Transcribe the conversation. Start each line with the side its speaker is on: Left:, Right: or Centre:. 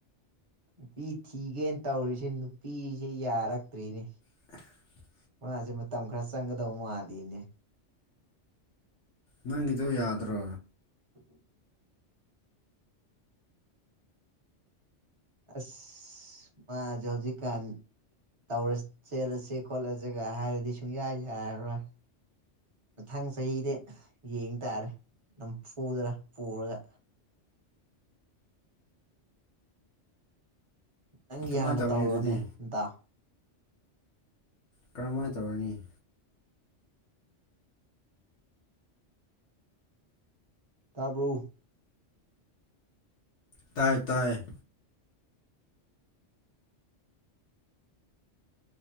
Right: ꯅꯨꯄꯤ ꯊꯤꯒꯦꯅ ꯇꯧꯔꯤꯁꯦ ꯅꯨꯄꯤꯁꯦ ꯌꯥꯔꯛꯇ꯭ꯔꯤꯅꯦ
Left: <inaudible>
Right: ꯃꯥꯁꯦ ꯃꯇꯝ ꯈꯔ ꯆꯪꯒꯗꯧ ꯃꯥꯜꯂꯤꯅꯦ
Left: ꯅꯪꯒꯤꯗꯣ ꯌꯥꯗ꯭ꯔꯣ
Right: <unintelligible> ꯑꯁ ꯃꯥꯁꯨ ꯍꯧꯖꯤꯀꯥꯟ ꯇꯧ ꯆꯦꯜꯂꯁ ꯈꯣꯠꯂꯁꯤꯒ ꯍꯥꯏꯔꯗꯤ ꯁꯨꯡꯌꯥꯏ ꯌꯥꯔꯔꯣꯏ ꯃꯊꯪ ꯆꯍꯤꯗꯤ ꯌꯦꯡ ꯇꯥꯔꯦ ꯑꯗꯨꯝ ꯄꯨꯗꯔ ꯄꯨꯔꯒ ꯅꯪꯒꯤ
Left: ꯀꯃꯥꯏꯅ
Right: ꯍꯥꯟꯅ
Left: ꯇꯧꯅꯤ
Right: ꯇꯧꯔꯣꯅꯦ
Left: ꯑꯗꯨꯗꯤ
Right: ꯇꯥ
Left: ꯀꯔꯝꯍꯥꯏꯅ ꯇꯧꯔꯅꯤ
Right: ꯇꯥꯕ꯭ꯔꯣ
Left: ꯇꯥꯏ ꯇꯥꯏ